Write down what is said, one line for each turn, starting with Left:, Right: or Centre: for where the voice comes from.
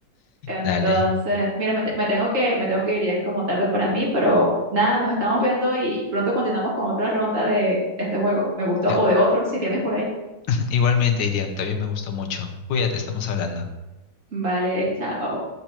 Right: Entonces,
Left: Dale.
Right: mira, me, te- me tengo que, me tengo que ir, ya es como tarde para mí, pero nada, nos estamos viendo y pronto continuamos con otra ronda de este juego. Me gustó,
Left: De acu-
Right: o de otro, si tienes por ahí.
Left: <clears throat> Igualmente, Irian, también me gustó mucho. Cuídate, estamos hablando.
Right: Vale, chao.